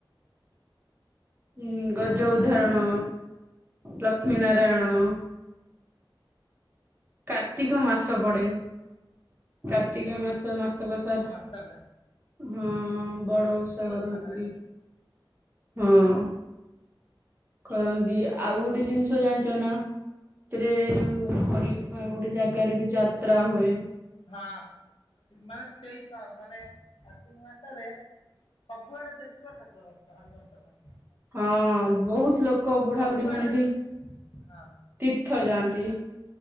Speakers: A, on the right; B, on the left.
A: ହଁ ଗଜ ଉଦାହରଣ ଲକ୍ଷ୍ମୀ ନାରାୟଣ। କାର୍ତ୍ତିକ ମାସ ପଡେ କାର୍ତ୍ତିକ ମାସ ମାସକ ସାରା
B: ସାଟା-
A: ହଁ ବଡ ଓଷା କରନ୍ତି।
B: ଭଲ ଲାଗେ
A: ହଁ। କରନ୍ତି ଆଉ ଗୋଟେ ଜିନିଷ ଜାଣିଛ ନା ସେଥିରେ ଯୋଉ ଆଉ ଗୋଟେ ଜାଗାରେ ବି ଯାତ୍ରା ହୁଏ।
B: ହଁ ମାନେ ସେଇ ମାନେ କାର୍ତିକ ମାସରେ ସବୁଆଡେ ଦେଖିବା ଠକୁର ବସିଥିବ ହରି ବଂଶ ତା ନା।
A: ହଁ ବହୁତ ଲୋକ ବୁଢାବୁଢୀ
B: ସବୁଆଡେ
A: ମାନେ ବି
B: ହଁ
A: ତୀର୍ଥ ଯାଆନ୍ତି